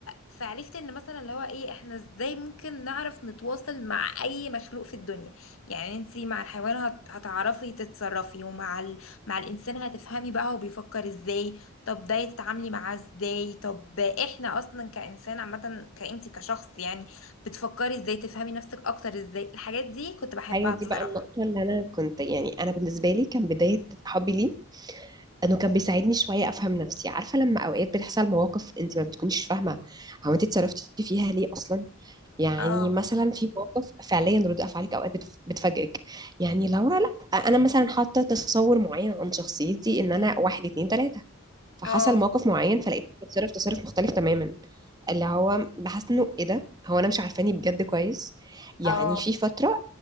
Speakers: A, on the left; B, on the right.
A: فعرفت ان مثلا اللي هو ايه احنا ازاي ممكن نعرف نتواصل مع اي مخلوق في الدنيا يعني انتي مع الحيوان هت... هتعرفي تتصرفي ومع ال... مع الانسان هتفهمي بقى هو بيفكر ازاي طب ده تتعاملي معاه ازاي طب احنا اصلا كانسان عامة كانتي كشخص يعني بتفكري ازاي تفهمي نفسك اكتر ازاي الحاجات دي كنت بحبها
B: هي دي
A: بصراحة
B: بقى النقطة اللي انا كنت يعني انا بالنسبة لي كان بداية حبي ليه انه كان بيساعدني شويه افهم نفسي عارفه لما اوقات بتحصل مواقف انت ما بتكونيش فاهمه هو انت اتصرفتي فيها ليه اصلا يعني
A: اه
B: مثلا في مواقف فعليا رد افعالك اوقات بتف- بتفاجئك يعني لو لا انا مثلا حاطه تصور معين عن شخصيتي
A: انتي
B: ان انا واحد اتنين تلاته فحصل
A: اه
B: موقف معين فلقيت بتصرف تصرف مختلف تماما اللي هو بحس انه ايه ده هو انا مش عارفاني بجد كويس يعني
A: اه
B: في فتره